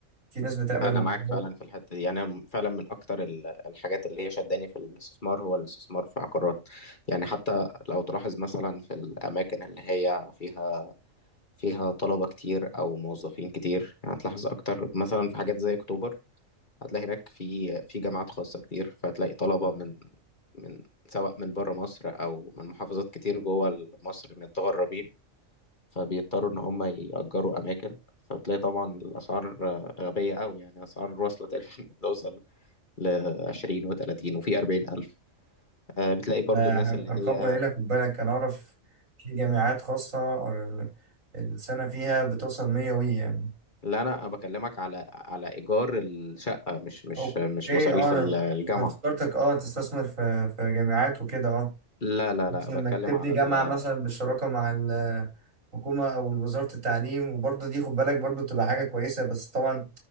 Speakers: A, on the right; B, on the left.
A: في ناس بتعمل
B: أنا
A: الموضوع
B: معاك
A: ده
B: فعلا في الحتة دي يعني أنا فعلا من أكتر ال- الحاجات اللي هي شداني في الاستثمار هو الاستثمار في عقارات يعني حتى لو تلاحظ مثلا في الأماكن اللي هي فيها فيها طلبة كتير أو موظفين كتير هتلاحظ أكتر مثلا في حاجات زي أكتوبر هتلاقي هناك في في جامعات خاصة كتير فهتلاقي طلبة من من سواء من بره مصر أو من محافظات كتير جوه مصر متغربين فبيضطروا إن هم يأجروا أماكن فبتلاقي طبعا الأسعار غبية أوي يعني أسعار واصلة تقريبا <laughs> بتوصل لعشرين وتلاتين وفي أربعين ألف آه، بتلاقي برضو
A: ده
B: الناس اللي
A: أرقام
B: هي
A: قليلة في بالك أنا أعرف في جامعات خاصة آه، السنة فيها بتوصل مية وي يعني
B: لا أنا بكلمك على على إيجار الشقة مش مش
A: اوكي
B: مش مصاريف
A: اه انا
B: الجامعة
A: انا افتكرتك اه تستثمر في في جامعات وكده اه
B: لا لا لا
A: مثلا
B: بتكلم
A: انك تبني
B: على
A: جامعه
B: ال
A: مثلا بالشراكه مع ال- الحكومه او وزاره التعليم وبرضه دي خد بالك برضه تبقى حاجه كويسه بس طبعا